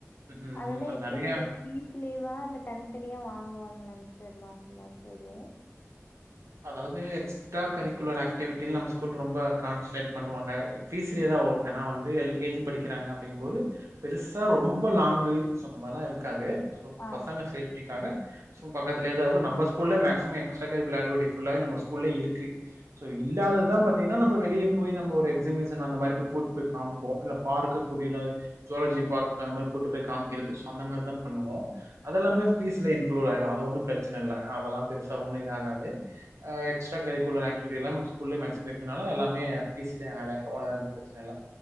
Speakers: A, on the right; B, on the left.
A: ம்
B: அதெல்லாம் எப்படிங்க
A: நறையா
B: சார் பீஸ்லேவா தனித்தனியா வாங்குவாங்கலாங்க சார் மாசம் மாசம் எதுவும்
A: அதாவது எக்ஸ்ட்ரா கரிக்குலர் ஆக்டிவிட்டின் நம்ம ஸ்கூல் ரொம்ப கான்சென்ட்ரேட் பண்ணுவாங்க பஃபீஸ்லேதான் வரும் ஏன்னா வந்து எல்கேஜி படிக்கிறாங்க அப்படிும் போோது பெருசா ரொம்ப லாங்கு சொ அந்த மாதிரிிலாம் இருக்காது சோ
B: ஆ
A: பசங்க சேஃப்ட்டிக்காக ச பக்கத்துலேதான் இருக்கும் நம்ப ஸ்கூல்ல எக்ஸ்டா ஃபுல்லாக நம்மஸ்கூலே இருக்குது சோ இல்லாததான் பத்த ஏனா நம்ப வெளிய போய் நம்ம ஒரு எக்ஸிபிஷன் அந்த மாதிரி போய கூட்டு போய் காப்போம் இல்ல பார்க்க கூடிய ஜோலஜி பார்க் அந்த மாரி கூட்டு போய் காமிக்கிறது சொந்த மாரி தான் பண்ணுவோம் அதெல்லாமே
B: சேரி
A: பீஸ்ல இன்க் குளூட அது ஒன்றும் பிரச்சன இல்லை அதெல்லாம் பெருசா ஒன்றும் இதாகாது ஹ எக்ஸ்ட்ரா கரிக்குலர் ஆக்டிவிட்டி எல்ல ்கூல்லே மேகிம் இருக்குதுன எல்லாமே பீஸ்லயே ஆ் ஆிடும்ன ஒும் பிரச்சனை இல்லை